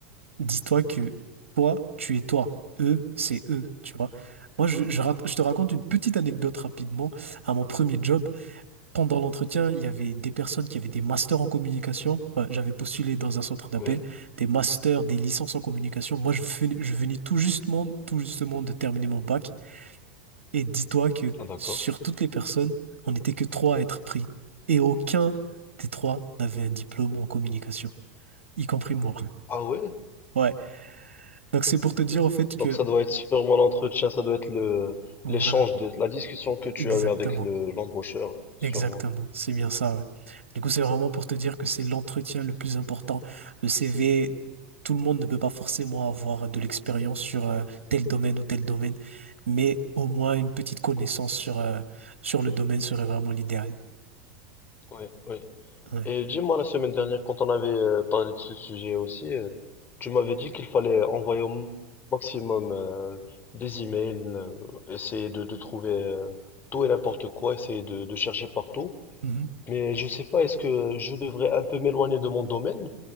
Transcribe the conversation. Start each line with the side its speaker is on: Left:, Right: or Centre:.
Right: dis-toi que toi, tu es toi. Eux, c'est eux, tu vois. Moi, je, je rac- je te raconte une petite anecdote rapidement. À mon premier job, pendant l'entretien, il y avait des personnes qui avaient des masters en communication. Ouais, j'avais postulé dans un centre d'appel,
Left: Oui.
Right: des masters, des licences en communication. Moi, je venais, je venais tout justement, tout justement de terminer mon bac. Et dis-toi que
Left: Ah, d'accord.
Right: sur toutes les personnes, on n'était que trois à être pris. Et aucun des trois n'avait un diplôme en communication, y compris moi.
Left: Ah ouais?
Right: Ouais. Donc c'est pour te dire au fait que
Left: Donc, ça doit être sûrement l'entretien, ça doit être le,
Right: Voilà,
Left: l'échange de, la discussion que tu
Right: exactement,
Left: as eu avec le, l'embaucheur, sûrement.
Right: exactement, c'est bien ça, ouais. Du coup, c'est vraiment pour te dire que c'est l'entretien le plus important. Le CV, tout le monde ne peut pas forcément avoir de l'expérience sur euh, tel domaine ou tel domaine, mais au moins une petite connaissance sur, euh, sur le domaine serait vraiment l'idéal.
Left: Oui, oui.
Right: Ouais.
Left: Et dis-moi, la semaine dernière, quand on avait euh, parlé de ce sujet aussi, euh, tu m'avais dit qu'il fallait envoyer au maximum euh, des emails, euh, essayer de, de trouver euh, tout et n'importe quoi, essayer de, de chercher partout.
Right: Mhm,
Left: Mais je sais pas, est-ce que je devrais un peu m'éloigner de mon domaine